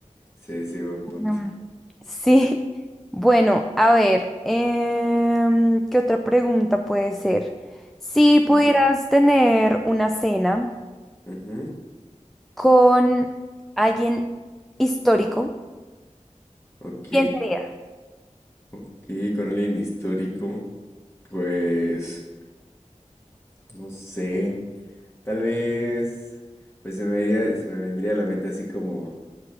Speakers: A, on the left (about 20°); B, in the centre.
A: Sí, sí, buen punto.
B: Mm. Sí, <laughs> bueno, a ver, em, ¿qué otra pregunta puede ser? Si
A: Ujú,
B: pudieras tener una cena
A: ujú.
B: con alguien histórico,
A: Ok,
B: ¿Quién sería?
A: ok, con alguien histórico, pues, no sé, tal vez, pues se me vería- se me vendría a la mente así como,